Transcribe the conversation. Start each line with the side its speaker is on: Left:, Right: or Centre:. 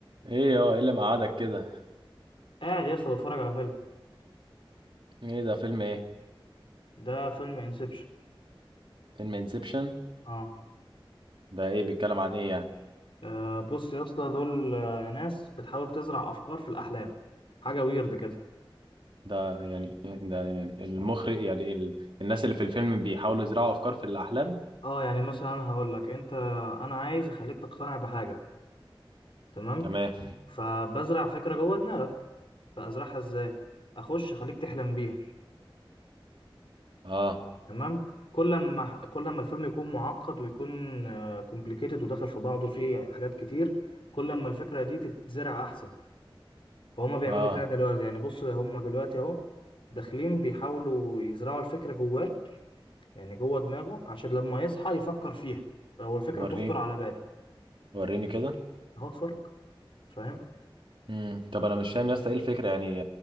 Right: ايه اه ايه اللي مقعدك كده
Left: قاعد يا اسطى بتفرج على فيلم
Right: ايه ده فيلم ايه
Left: ده فيلم انسبشن
Right: فيلم انسبشن
Left: اه
Right: ده ايه بيتكلم عن ايه يعني
Left: آه، بص يا اسطى دول آه، ناس بتحاول تزرع افكار في الاحلام حاجه ويرد كده
Right: ده يعني ده يعني المخرج يعني ال... الناس اللي في الفيلم بيحاولوا يزرعوا افكار في الاحلام
Left: اه يعني مثلا هقول لك انت انا عايز اخليك تقتنع بحاجه تمام
Right: تمام
Left: فبزرع فكره جوه دماغك فازرعها ازاي اخش اخليك تحلم بيها
Right: اه
Left: تمام كل ما كل ما الفيلم يكون معقد ويكون كومبليكيتد وداخل في بعضه فيه حاجات كتير كل ما الفكره دي تتزرع احسن فهم بيعملوا
Right: اه
Left: كده دلوقتي يعني بص هم دلوقتي اهو داخلين بيحاولوا يزرعوا الفكرة جواه يعني جوه دماغه عشان لما يصحى يفكر فيها هو الفكرة
Right: وريني
Left: تخطر على باله
Right: وريني كده
Left: اهو اتفرج فاهم
Right: امم طب انا مش فاهم يا اسطى ايه الفكره يعني